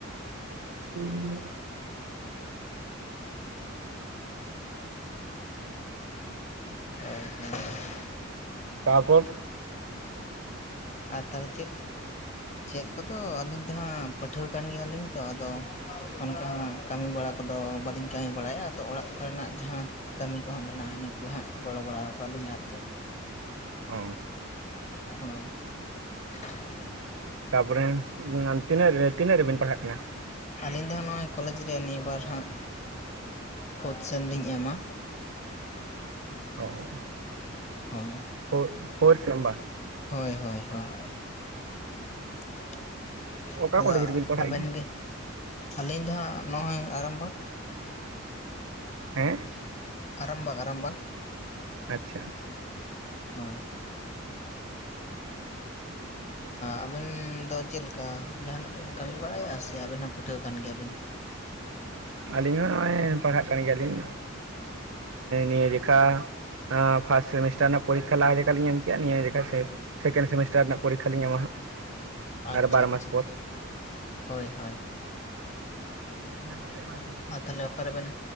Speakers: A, on the right; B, on the left.
A: ᱦᱮᱸ <unintelligible>
B: ᱦᱳᱭᱠᱷ <inaudible>
A: ᱛᱟᱨᱯᱚᱨ
B: ᱟᱨ ᱛᱟᱞᱦᱮ ᱪᱮᱫ ᱪᱮᱫ ᱠᱚᱫᱚ ᱟᱹᱞᱤᱧ ᱫᱚ ᱦᱟᱸᱜ ᱯᱟᱹᱴᱷᱣᱟ ᱠᱟᱱ ᱜᱮᱭᱟᱞᱤᱧ ᱛᱚ ᱟᱫᱚ ᱚᱱᱠᱟ ᱦᱟᱸᱜ ᱠᱟᱹᱢᱤ ᱵᱟᱲᱟ ᱠᱚᱫᱚ ᱵᱟᱹᱞᱤᱧ ᱠᱟᱹᱢᱤ ᱵᱟᱲᱟᱭᱟ ᱟᱫᱚ ᱚᱲᱟᱜ ᱠᱚᱨᱮᱱᱟᱜ ᱡᱟᱦᱟᱸ ᱠᱟᱹᱢᱤ ᱠᱚᱦᱚᱸ ᱢᱮᱱᱟᱜᱼᱟ ᱤᱱᱟᱹ ᱠᱚᱜᱮ ᱦᱟᱸᱜ ᱜᱚᱲᱚ ᱵᱟᱲᱟ ᱠᱚ ᱟᱞᱤᱧ ᱟᱨ ᱪᱮᱫ
A: ᱚ
B: ᱦᱳᱭ <unintelligible>
A: ᱛᱟᱯᱚᱨᱮ ᱛᱤᱱᱟᱹᱜ ᱛᱤᱱᱟᱹᱜ ᱨᱮᱵᱤᱱ ᱯᱟᱲᱦᱟᱜ ᱠᱟᱱᱟ
B: ᱟᱹᱞᱤᱧ ᱫᱚᱜ ᱱᱚᱜᱼᱚᱭ ᱠᱚᱞᱮᱡᱽ ᱨᱮ ᱱᱤᱭᱟᱹ ᱵᱟᱨ ᱦᱟᱸᱜ ᱯᱷᱳᱨᱛ ᱥᱮᱱ ᱞᱤᱧ ᱮᱢᱟ
A: ᱚ
B: ᱦᱳᱭ
A: <unintelligible>
B: ᱦᱳᱭ ᱦᱳᱭ ᱦᱳᱭ <unintelligible>
A: ᱚᱠᱟ
B: ᱟᱫᱚ
A: ᱠᱚᱞᱮᱡᱽ ᱨᱮᱵᱤᱱ ᱯᱟᱲᱦᱟᱜ
B: ᱟᱵᱮᱱ
A: ᱜᱮᱭᱟ
B: ᱜᱮ ᱟᱹᱞᱤᱧ ᱫᱚ ᱦᱟᱸᱜ ᱱᱚᱜᱼᱚᱭ ᱟᱨᱟᱢᱵᱟᱜᱽ
A: ᱦᱮᱸ
B: ᱟᱨᱟᱢᱵᱟᱜᱽ ᱟᱨᱟᱢᱵᱟᱜᱽ
A: ᱟᱪᱪᱷᱟ
B: ᱦᱳᱭ ᱟᱵᱮᱱ ᱫᱚ ᱪᱮᱫ ᱞᱮᱠᱟ ᱡᱟᱦᱟᱱᱟᱜ ᱵᱮᱱ ᱠᱟᱹᱢᱤ ᱵᱟᱲᱟᱭᱟ ᱥᱮ ᱟᱵᱮᱱ ᱦᱚᱸ ᱯᱟᱹᱴᱷᱩᱣᱟᱹ ᱠᱟᱱ ᱜᱮᱭᱟ ᱵᱤᱱ
A: ᱟᱹᱞᱤᱧ ᱦᱚᱸ ᱱᱚᱜᱼᱚᱭ ᱯᱟᱲᱦᱟᱜ ᱠᱟᱱ ᱜᱮᱭᱟᱞᱤᱧ ᱱᱤᱭᱟᱹᱡᱮᱠᱷᱟ ᱯᱷᱟᱥᱴ ᱥᱮᱢᱤᱥᱴᱟᱨ ᱨᱮᱱᱟᱜ ᱯᱚᱨᱤᱠᱷᱟ ᱞᱟᱦᱟ ᱡᱮᱷᱠᱟ ᱞᱤᱧ ᱮᱢ ᱠᱮᱭᱟ ᱱᱤᱭᱟᱹ ᱡᱷᱮᱠᱷᱟ ᱥᱮ ᱥᱮᱠᱮᱱᱰ ᱥᱮᱢᱤᱥᱴᱟᱨ ᱨᱮᱱᱟᱜ ᱯᱚᱨᱤᱠᱷᱟ ᱞᱤᱧ ᱮᱢᱟ ᱦᱟᱜ
B: ᱟᱪᱪᱷᱟ
A: ᱟᱨ ᱵᱟᱨ
B: ᱟᱪᱪᱷᱟ
A: ᱢᱟᱥ ᱯᱚᱨ
B: ᱟᱪᱪᱷᱟ ᱦᱳᱭ ᱦᱳᱭ
A: ᱜᱮ <inaudible>
B: ᱟᱨ ᱛᱟᱦᱚᱞᱮ ᱚᱠᱟᱨᱮᱵᱮᱱ